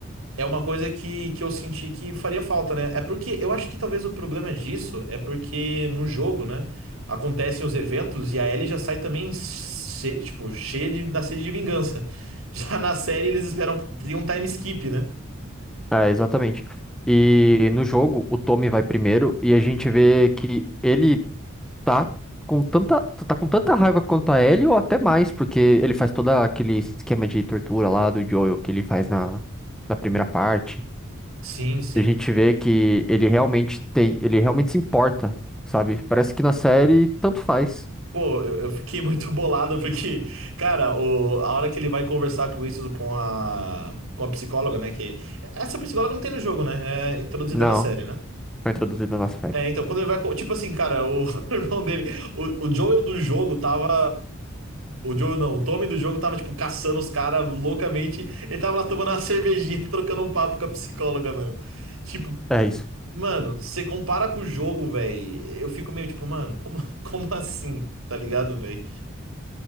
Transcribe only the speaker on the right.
é uma coisa que, que eu senti que faria falta, né? É porque eu acho que talvez o problema disso é porque no jogo, né, acontecem os eventos e a Ellie já sai também, che- tipo, cheia de, da sede de vingança. <laughs> Já na série eles esperam, tem um time skip, né?
Sim, sim.
Pô, eu, eu fiquei <laughs> muito bolado porque, cara, o, a hora que ele vai conversar com isso com a, com a psicóloga, né? Que essa psicóloga não tem no jogo, né? É introduzida
na série, né?
É, então, quando ele vai. co- Tipo assim, cara, o <laughs> irmão dele. O, o Joel do jogo tava. O Joel não, o Tommy do jogo tava, tipo, caçando os caras loucamente. Ele tava lá tomando uma cervejinha, <laughs> trocando um papo com a psicóloga, mano. Tipo,
mano, você compara com o jogo, velho. Eu fico meio tipo, mano, como, <laughs> como assim? Tá ligado, velho?